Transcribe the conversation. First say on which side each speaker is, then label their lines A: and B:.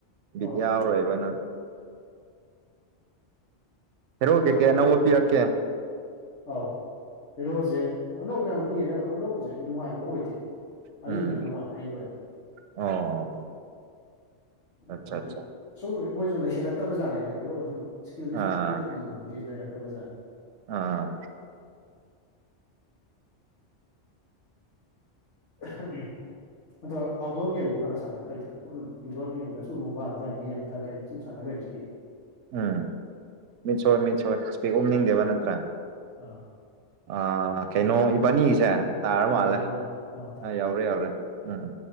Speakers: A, on the right; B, on the left.
A: ꯕꯤꯠ
B: ꯑꯧ
A: ꯌꯥꯎꯔꯣꯢꯕ ꯅꯪ ꯍꯦꯔꯣ
B: ꯑꯗꯣ
A: ꯖꯦꯀꯦꯠ ꯑꯅꯧꯕ ꯄꯤꯔꯛꯀꯦ
B: ꯑꯧ ꯍꯦꯔꯣꯖꯦ ꯑꯅꯧꯕ ꯌꯥꯝ ꯄꯤꯌꯦ ꯑꯗꯣ ꯑꯅꯧꯕꯖꯦ ꯅꯨꯡꯉꯥꯢꯕ ꯑꯣꯢꯗꯦ
A: ꯎꯝ
B: ꯑꯔꯤꯕꯅ ꯅꯨꯡꯉꯥꯢ ꯑꯩꯒꯤ ꯑꯣꯢꯅ
A: ꯑꯣ
B: <unintelligible>
A: ꯑꯠꯆꯥ ꯑꯠꯆꯥ
B: ꯁꯨꯝ ꯃꯣꯢꯖꯨ ꯂꯩꯁꯜꯂꯛꯇꯕ ꯖꯥꯠꯅꯤꯗ ꯍꯦꯔꯣꯖꯦ ꯁꯨꯝ ꯁ꯭ꯀꯤꯜꯖꯦ
A: ꯑꯥ
B: ꯁꯨꯝ ꯄꯨꯡꯄꯤꯗ ꯄꯤꯕꯖꯤꯗꯤ ꯂꯩꯔꯛꯇꯕ ꯖꯥꯠꯅꯤ
A: ꯑꯥ
B: ꯑꯍꯥ ꯎꯝ ꯑꯗꯣ ꯑꯥꯎꯠꯗꯣꯔ ꯒꯦꯝꯖꯨ ꯈꯔ ꯈꯔ ꯁꯥꯟꯅꯕ ꯐꯩꯗꯥ ꯁꯨꯝ ꯏꯟꯗꯣꯔ ꯒꯦꯝꯗ ꯁꯨꯝ ꯃꯣꯕꯥꯢꯜꯗ ꯒꯦꯝꯗ ꯀꯩꯗ ꯁꯨꯝ ꯁꯥꯟꯅ ꯂꯩꯕꯖꯤꯗꯤ
A: ꯎꯝ ꯃꯤꯠ ꯁꯣꯛꯑꯦ ꯃꯤꯠ ꯁꯣꯛꯑꯦ ꯁ꯭ꯄꯦꯛ ꯎꯞꯅꯤꯡꯗꯦꯕ
B: ꯑꯥ
A: ꯅꯠꯇ꯭ꯔꯥ
B: ꯑꯥ
A: ꯑꯥ ꯀꯩꯅꯣ ꯏꯕꯥꯟꯅꯤꯒꯤꯖꯦ
B: ꯑꯥ
A: ꯇꯥꯔ
B: ꯑꯥ
A: ꯃꯥꯜꯂꯦ
B: ꯌꯧꯔꯦ ꯇꯥꯔꯦ
A: ꯑꯥ ꯌꯧꯔꯦ ꯌꯧꯔꯦ ꯎꯝ ꯎꯝ